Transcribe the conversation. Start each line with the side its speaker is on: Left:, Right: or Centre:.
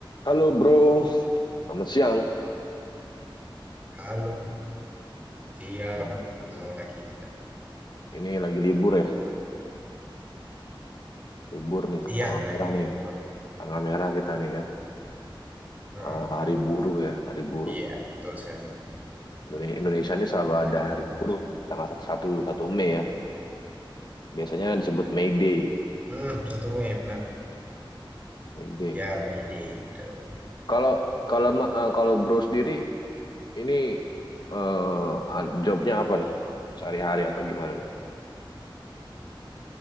Left: Halo bro, selamat siang.
Right: Halo, siang
Left: Halo,
Right: ketemu
Left: bro.
Right: lagi kita.
Left: Ini lagi libur ya, libur nih,
Right: Iya,
Left: tanggal
Right: lagi
Left: merah
Right: libur.
Left: nih, tanggal merah kita nih kan,
Right: Heeh,
Left: Eh, hari
Right: benar.
Left: buruh ya, hari buruh.
Right: Iya, betul sekali.
Left: Indone- Indonesia ini selalu ada
Right: Ya, hari
Left: hari
Right: buruh
Left: buruh
Right: nasional.
Left: tanggal satu satu satu Mei ya, biasanya disebut May Day,
Right: Hmm, satu Mei benar.
Left: May Day.
Right: Ya, May Day, betul.
Left: Kalau kalau ma- eh, kalau bro sendiri ini eh ad- jobnya apa nih, sehari-hari atau gimana nih?